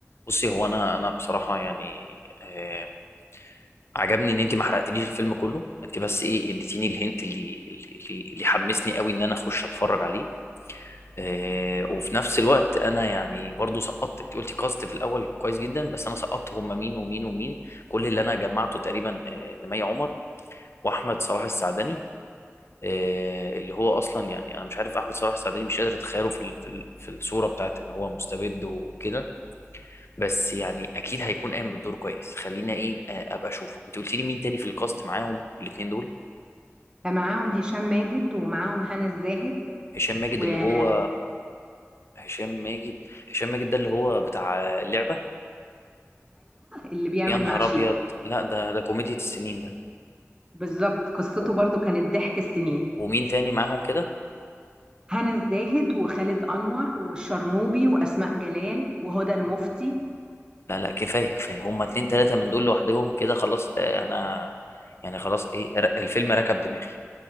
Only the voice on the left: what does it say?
بصي هو انا انا بصراحه يعني آه عجبني ان انت ما حرقتليش الفيلم كله انت بس ايه اديتيني الهنت اللي اللي اللي اللي حمسني قوي ان انا اخش اتفرج عليه آه، وفي نفس الوقت انا يعني برضو سقطت انت قلتي كاست في الاول كويس جدا بس انا سقطت هم مين ومين ومين كل اللي انا جمعته تقريبا آه، نمية عمر واحمد صلاح السعدني آه، اللي هو اصلا يعني انا مش عارف احمد صلاح السعدني مش قادر اتخيله في ال- في ال- في الصوره بتاعت ان هو مستبد وكده بس يعني اكيد هيكون قايم بالدور كويس خلينا ايه آه، ابقى اشوفه انت قلتي لي مين تاني في الكاست معاهم الاثنين دول
هشام ماجد
اللي هو هشام ماجد هشام ماجد ده اللي هو بتاع اللعبه
يا نهار
ابيض لا ده ده كوميديا السنين ده
و-
ومين تاني معاهم كده
لا لا كفايه كفايه هما اتنين تلاته من دول لوحدهم كده خلاص آه، انا يعني خلاص ايه ر- الفيلم ركب دماغي